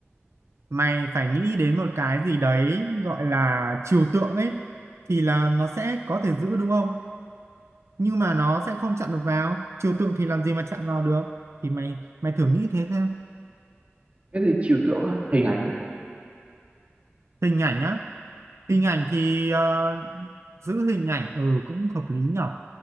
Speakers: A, on the right; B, on the right.
A: mày phải nghĩ đến một cái gì đấy gọi là trừu tượng ấy thì là nó sẽ có thể giữ đúng không nhưng mà nó sẽ không chặn được vào trừu tượng thì làm gì mà chặn vào được thì mày mày thử nghĩ thế xem
B: Cái gì trừu tượng á? Hình ảnh.
A: hình ảnh á hình ảnh thì ờ, giữ hình ảnh ừ cũng hợp lý nhở